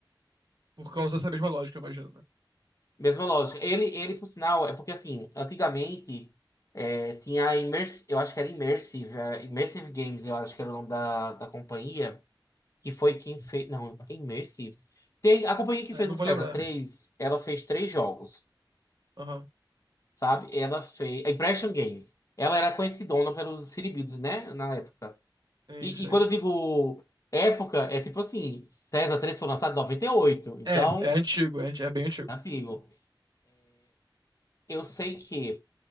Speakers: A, on the right (about 60°); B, on the left (about 40°).
A: Por causa dessa mesma lógica, eu imagino, né?
B: Mesma lógica. Ele, ele, por sinal, é porque assim, antigamente é, tinha a Immers, eu acho que era Immersive, é, Immersive Games, eu acho que era o nome da, da companhia, que foi quem fez. Não, é Immersive. Tem, a companhia que
A: É,
B: fez
A: não
B: o
A: vou
B: César
A: lembrar.
B: 3 ela fez três jogos,
A: Aham.
B: sabe? Ela fez. A Impression Games. Ela era conhecidona pelos Siribids, né? Na época.
A: É
B: E,
A: isso
B: e
A: aí.
B: quando eu digo época, é tipo assim, César 3 foi lançado em 98 então,
A: É, é antigo, é, anti- é bem antigo.
B: antigo. Eu sei que.